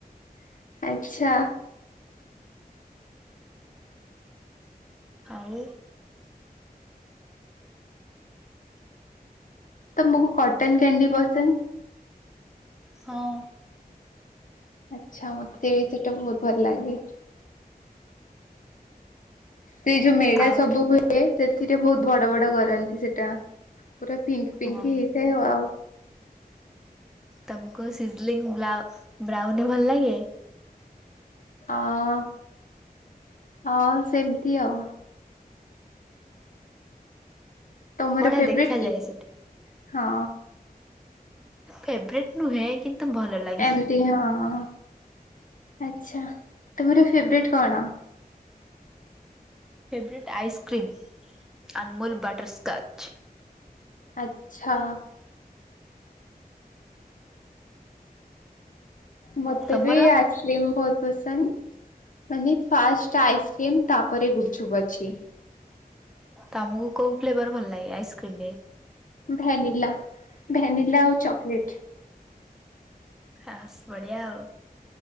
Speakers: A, on the left; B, in the centre.
A: ଆଛା।
B: ଆଉ
A: ତମୁକୁ କଟନ କ୍ୟାଣ୍ଡି ପସନ୍ଦ?
B: ହଁ।
A: ଆଚ୍ଛା ମତେ ବି ସେଟା ବହୁତ ଭଲ ଲାଗେ। ସେଇ ଯୋଉ ମେଳା
B: ଆଉ
A: ସବୁ ହୁଏ। ଏ ସେଥିରେ ବହୁତ ବଡ ବଡ କରନ୍ତି ସେଟା ପୁରା ପିଙ୍କ ପିଙ୍କ
B: ହଁ
A: ହେଇଥାଏ ଆ ଆଉ
B: ତମକୁ ସିଜିଲଙ୍ଗ ବ୍ଲାଉନ ବ୍ରାଉନୀ ଭଲ ଲାଗେ?
A: ଆଁ ହଁ ସେମିତି ଆଉ ତମର
B: ବଢିଆ
A: ଫେବ୍ରଏଟ
B: ଦେଖାଯାଏ
A: କି
B: ସେଟା।
A: ହଁ।
B: ଫେବ୍ରେଟ ନୁହେଁ କିନ୍ତୁ ଭଲ ଲାଗେ
A: ଏମତି ହଁ ଆଛା ତମର ଫେବ୍ରେଟ୍ କଣ?
B: Favourite ice cream Amul butterscotch.
A: ଆଛା। ମତେ
B: ତମର
A: ବି ଆ ବହୁତ ପସନ୍ଦ ମାନେ ଫାଷ୍ଟ ଆଇସ୍କ୍ରିମ ତାପରେ ଗୁପଚୁପ ଅଛି।
B: ତମକୁ କୋଉ ଫ୍ଲେଭର ଭଲ ଲାଗେ ଆଇସ୍କ୍ରିମରେ?
A: ଭାନିଲା ଭାନିଲା ଆଉ ଚକୋଲେଟ୍।
B: ଆ ବଢିଆ ଆଉ